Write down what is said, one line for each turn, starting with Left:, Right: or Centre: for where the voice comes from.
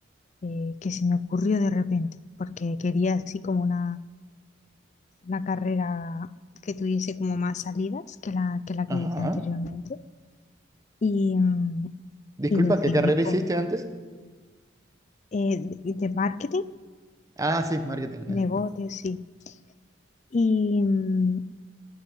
Left: eh, que se me ocurrió de repente, porque quería así como una, una carrera que tuviese como más salidas que la que, la
Right: Ajá.
Left: que hice anteriormente. Y, mm,
Right: Disculpa,
Left: y decidí
Right: ¿qué carrera
Left: por
Right: hiciste antes?
Left: eh, de, de marketing,
Right: Ah, sí, marketing.
Left: negocios,
Right: eh.
Left: sí. Y, mm,